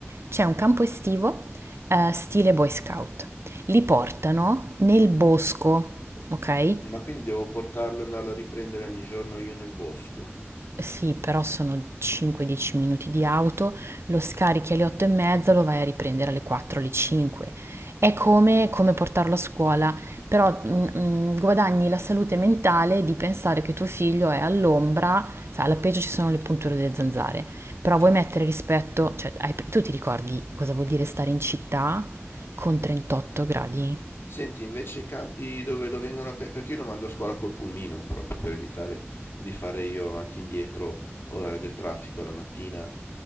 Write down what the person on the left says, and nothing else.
Ma quindi devo portarlo e andarlo a riprendere ogni giorno io nel bosco.
Ok.
Senti, invece campi dove lo vengono a prendere, perché io lo mando a scuola col pulmino, proprio per evitare di fare io avanti e indietro, orario del traffico la mattina.